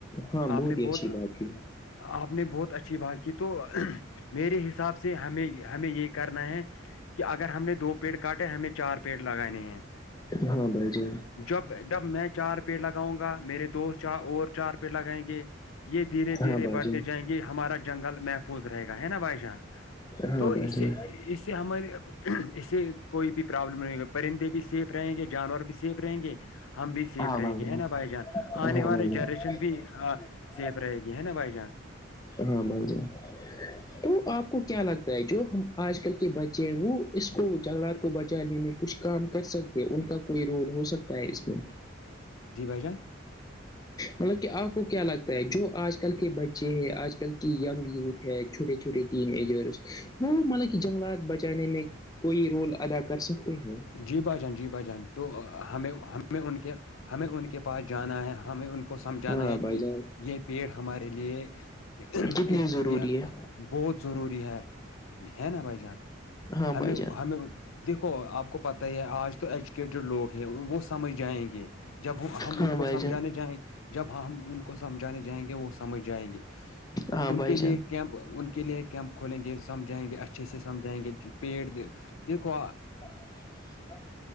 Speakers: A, on the left; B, on the left.
A: ہاں
B: آپ نے
A: ہی
B: بہت
A: اچھی بات کی
B: آپ نے بہت اچھی بات کی تو میرے حساب سے ہمیں ہمیں یہ کرنا ہے کہ اگر ہم نے دو پیڑ کاٹے ہمیں چار پیڑ لگانے ہیں
A: ہاں بھائی جے
B: جب جب میں چار پیڑ لگاؤں گا میرے دوست اور چار پیڑ لگائیں گے یہ دھیرے دھیرے
A: ہاں بھائی
B: بڑھتے
A: جان
B: جائیں گے ہمارا جنگل محفوظ رہے گا ہے نا بھائی جان
A: ہاں
B: تو
A: بھائی جان ہاں بھائی
B: اسے
A: جان
B: اس ہمارے اس سے کوئی بھی پرابلم نہیں ہوگا پرندے بھی سیف رہیں گے جانور بھی سیف رہیں گے ہم بھی سیف
A: ہاں
B: رہیں گے ہے نا بھائی جان آنے والے
A: بھائی جان
B: جنریشن بھی سیف رہے گی ہے نا بھائی جان
A: ہاں بول جائے تو آپ کو کیا لگتا ہے جو ہم آج کل کے بچے ہیں وہ اس کو جنگلات کو بچا لینے کچھ کام کر سکتے ان کا کوئی رول ہو سکتا ہے اس میں
B: جی بھ جان
A: مطلب کہ آپ کو کیا لگتا ہے جو آج کل کے بچے ہیں آج کل کی یگ یوتھ چھوٹے چھوٹے ٹیم ایجرس وہ مطلب کہ جنگلات بچانے میں کوئی رول ادا کر سکتے ہیں
B: جی با جان جی باجان تو ہمیں ہمیں ان کے ہمیں ان کے پاس جانا ہے ہمیں ان کو سمجھانا
A: ہاں
B: ہے
A: بھائی
B: کہ
A: جان
B: یہ پیڑ ہمارے لیے یہ
A: کتنی ضروری ہے
B: بہت ضروری ہے ہے نا بھائی جان
A: ہاں
B: ہمیں
A: بھائی جان
B: ہمیں دیکھو آپ کو پت ہی ہے آج تو ایجوکیٹڈ لوگ ہیں وہ سمجھ جائیں گے جب ہم
A: ہاں
B: ان کو
A: بھائی
B: سمجھانے
A: جان
B: جائیںے جب ہم ان کو سمجھانے جائیں گے وہ سمجھ جائیں گے
A: ہاں
B: ان
A: بھائی
B: کے لیے
A: جان
B: کیمپ ان کے لیے کیمپ کھولیں گے سمجھائیں گے اچھے سے سمجھائیں گے پیڑ دیکھو
A: جب